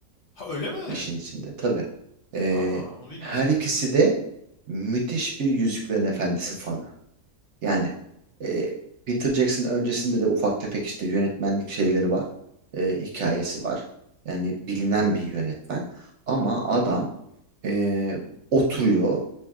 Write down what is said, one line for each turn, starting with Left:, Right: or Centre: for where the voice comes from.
Left: Ha öyle mi?
Right: işin içinde tabii. Ee,
Left: Ha onu bilmiyordum.
Right: her ikisi de müthiş bir Yüzüklerin Efendisi fanı. Yani e, Peter Jackson öncesinde de ufak tefek işte yönetmenlik şeyleri var. e, hikayesi var. Yani bilinen bir yönetmen. Ama adam e, oturuyor